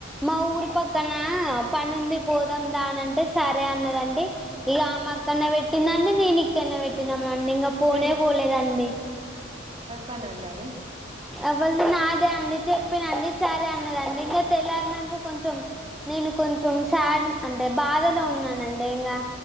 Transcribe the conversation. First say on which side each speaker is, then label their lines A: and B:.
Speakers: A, in the centre; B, on the right (about 30°).
A: మా ఊరు పక్కన. ఆహ్ పని ఉంది పోదాందానింటే సరే అన్నదండి ఇక ఆమె అక్కడనే పెట్టిందండి. దిని ఇక్కడనే పెట్టినం అండి ఇకా పోనే
B: మీ
A: పోలేదండి.
B: పన్నెండు అది.
A: అవలేదు నాదే అండి చెప్పినండి సరే అన్నదండి ఇంకా తెల్లారినంక కొంచెం నే. నేను కొంచెం శాడ్ అంటే బాధలో ఉన్నానండి ఇంకా.